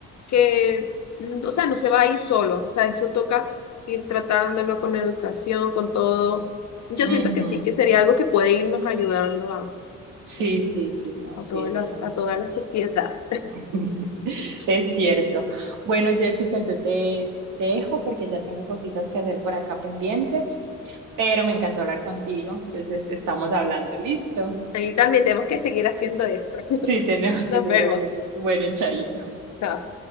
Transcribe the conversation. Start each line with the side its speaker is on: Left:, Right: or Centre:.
Left: que, mm, o sea, no se va a ir solo. O sea, eso toca ir tratándolo con educación, con todo. Yo
Right: Ujú.
Left: siento que sí, que sería algo que puede irnos ayudando a,
Right: Sí,
Left: a,
Right: sí, sí, no, sí,
Left: a todas
Right: es,
Left: las-
Right: ah,
Left: a toda la sociedad.
Right: <laughs> Es cierto. Bueno, Jessica, yo te, te dejo porque ya tengo cositas que hacer por acá pendientes, pero me encantó hablar contigo. Entonces, estamos hablando, ¿listo?
Left: Y también tenemos que seguir haciendo esto. <laughs>
Right: Sí, tenemos
Left: Nos
Right: que seguir
Left: vemos.
Right: haciendo. Bueno, chaito.
Left: Chao.